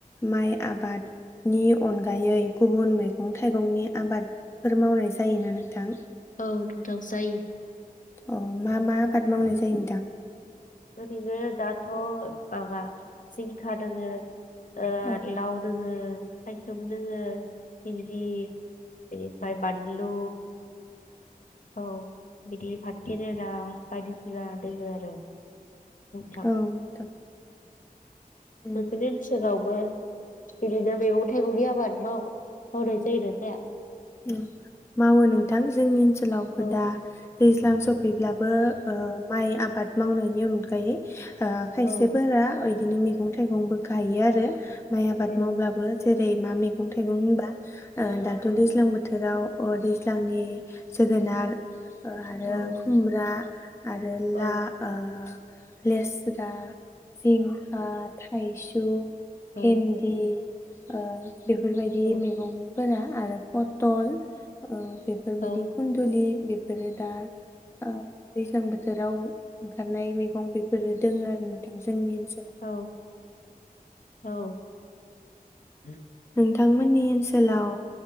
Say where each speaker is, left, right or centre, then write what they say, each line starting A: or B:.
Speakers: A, on the left (about 15°); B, on the left (about 60°).
A: माइ आबाद नि अनगायै गुबुन मैगं थाइगंनि आबाद फोर मावनाय जायो ना नोंथां?
B: औ नोंथां जायो।
A: अ मा मा आबाद मावनाय
B: औ
A: जायो नोंथां
B: ओरैनो दाथ माबा जिंखा दोङो ओ
A: औ
B: लाव दोङो थाइसुम दोङो भिन्दि बेनिफ्राय बानलु औ बिदि भात खेरेला बायदिसिना दोङो आरो नोंथां
A: नोंथां उम
B: नोंसोरनि ओनसोलावबो बिदिनो मैगं थाइगंनि आबाद माव मावनाय जायोना जाया?
A: ओं मावो नोंथां जोंनि ओनसोल <unintelligible>
B: औ
A: दैज्लां स फैब्लाबो ओ माइ आबाद मावनायनि अनगायै ओ खायसेफोरा
B: औ
A: बिदिनो मैगं थाइगंबो गायो आरो माइ आबाद
B: औ
A: मावब्लाबो जेरै मा मैगं थाइगं होनबा ओ दाथ दैज्लां दैज्लां बोथोराव अ दैज्लांनि जोगोनार ओ आरो
B: औ
A: खुमब्रा आरो
B: औ
A: ला ओ लेस्रा, जिंखा, थाइसुम
B: औ
A: भिन्दि ओं बेफोरबायदि
B: औ
A: मेगं <unintelligible> पतल ओ बेफोर बायदि
B: औ
A: खुन्दुलि रोदा ओ दैज्लां बोथोराव ओंखारनाय मेगं बेफोरनो दोङो आरो नोंथां जोंनि ओनसोलाव।
B: औ औ बे
A: नोंथांमोननि ओनसोलाव